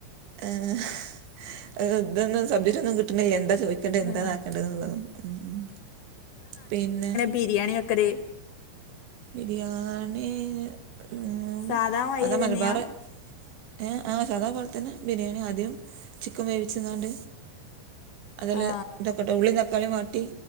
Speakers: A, on the right; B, on the left.
A: ഏ ഇതൊന്നും സബ്ജക്ട്റ്റൊന്നും കിട്ടുന്നില്ല എന്താ ചോദി ആക്കണ്ട എന്താ
B: ആ
A: ആക്കേണ്ടത് എന്നുള്ളതാ ഉം ഉം പിന്നെ
B: ബീരിയാണി വെക്കല്
A: ബിരിയാണി ഉം
B: സാധാ മാതിരി
A: അതാ മലബാറ്
B: തന്നെയാ
A: ഏ ആ സാധാപോലെത്തന്നെ ബിരിയാണി ആദ്യം ചിക്കൻ വേവിച്ച്ന്നാണ്ട് അതില്
B: ആ
A: തക്കോട്ടെ ഉള്ളി തക്കാളി വാട്ടി